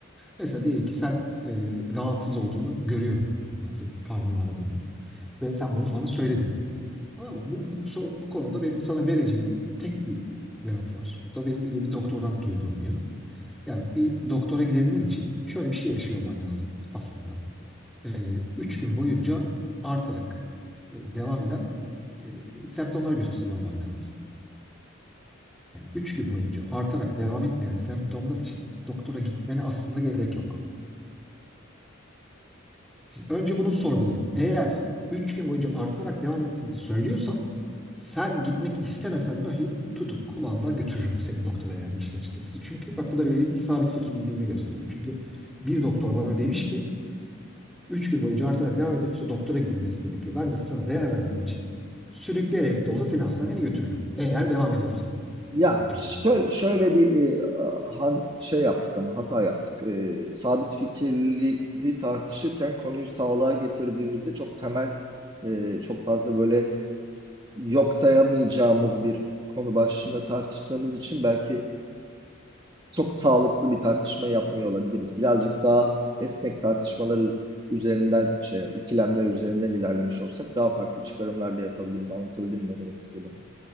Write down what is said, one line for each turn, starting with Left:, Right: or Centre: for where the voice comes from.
Centre: Mesela diyelim ki sen e, rahatsız olduğunu görüyorum ben senin karnın aradığını ve sen bunu bana söyledin. Tamam mı? Bu, bu, so- bu konuda benim sana vereceğim tek bir yanıt var. Bu da benim yine bir doktordan duyduğum bir yanıt. Yani bir doktora gidebilmen için şöyle bir şey yaşıyor olman lazım aslında. Ee, üç gün boyunca artarak e, devam eden e, semptomlar gösteriyor olman lazım. Yani üç gün boyunca artarak devam etmeyen semptomlar için doktora gitmene aslında gerek yok. Şimdi önce bunu sorgularım. Eğer üç gün boyunca artarak devam ettiğini söylüyorsan Sen gitmek istemesen dahi tutup kulağından götürürüm seni doktora yani işin açıkçası. Çünkü bak bu da benim bir sabit fikirliliğimi gösteriyor. Çünkü bir doktor bana demiş ki 3 gün boyunca artarak devam ediyorsa doktora gidilmesi gerekiyor. Ben de sana değer verdiğim için sürükleyerek de olsa seni hastaneye götürürüm. Eğer devam ediyorsa
Right: Ya
Centre: semptomları.
Right: şöyle, şöyle bir e, han, şey yaptık ama hata yaptık. E, sabit fikirliliği tartışırken konuyu sağlığa getirdiğimizde çok temel, e, çok fazla böyle yok sayamayacağımız bir konu başlığında tartıştığımız için belki çok sağlıklı bir tartışma yapmıyor olabiliriz. Birazcık daha esnek tartışmaları üzerinden, şey, ikilemler üzerinden ilerlemiş olsak daha farklı çıkarımlar da yapabiliriz. Anlatabildim mi ne demek istedim?